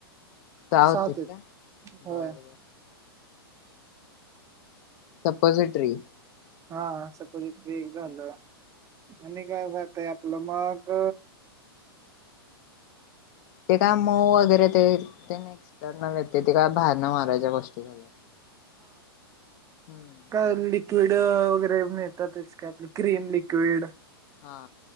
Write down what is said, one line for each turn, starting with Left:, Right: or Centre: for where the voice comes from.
Left: सहा होते
Right: सातेत
Left: का
Right: होय.
Left: बर बर सपोजीट्री.
Right: हा सपोजीट्री एक झाल. आणि काय वायफाय आपलं मग
Left: ते काय मऊ वगैरे ते. ते नही का सरनाभेटते ते. ते काय बाहेर न मागवायचे, लई मस्त झाला. हम्म.
Right: का लिक्विड वगैरे मिळतातच. काय आपलं क्रीम लिक्विड.
Left: हा.